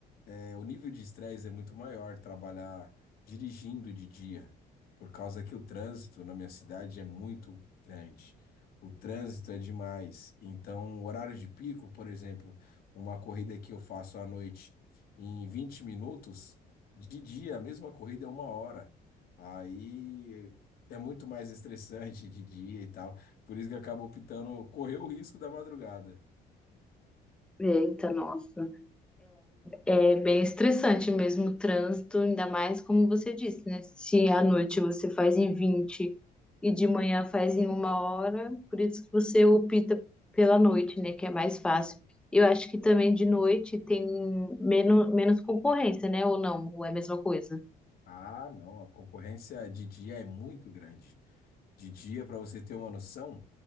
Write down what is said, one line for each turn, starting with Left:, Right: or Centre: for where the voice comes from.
Left: é, O nível de estresse é muito maior trabalhar dirigindo de dia, por causa que o trânsito na minha cidade é muito grande. O trânsito é demais. Então, o horário de pico, por exemplo, uma corrida que eu faço à noite em 20 minutos, de dia a mesma corrida é uma hora. Aí é muito mais estressante de dia e tal. Por isso que eu acabo optando correr o risco da madrugada.
Centre: Eita, nossa. É, é bem estressante mesmo o trânsito, ainda mais como você disse, né? Se à noite você faz em 20 e de manhã faz em uma hora, por isso que você opta pela noite, né? Que é mais fácil. Eu acho que também de noite tem menos, menos concorrência, né? Ou não, ou é a mesma coisa.
Left: Ah, não, a concorrência de dia é muito grande. de dia, para você ter uma noção,